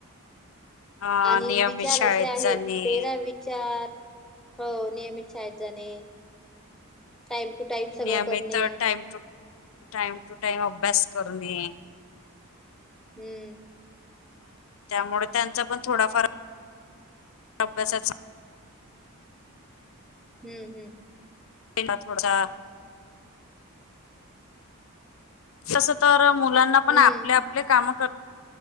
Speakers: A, on the left; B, in the centre.
A: अ
B: आणि
A: नियमित
B: विचार
A: शाळेत
B: असे आहेत
A: जाणे
B: तेरा वि चार हो नियमित शाळेत जाणे. टाइम टू टाइम सगळ
A: नियमित
B: करणे.
A: Time to time to time अभ्यास करणे.
B: हम्म.
A: त्यामुळे त्यांचा पण थोडाफार अभ्यासा चा
B: हम्म हम्म.
A: इला थोडा तसं तर मुलांना पण
B: हम्म,
A: आपले आपले काम कर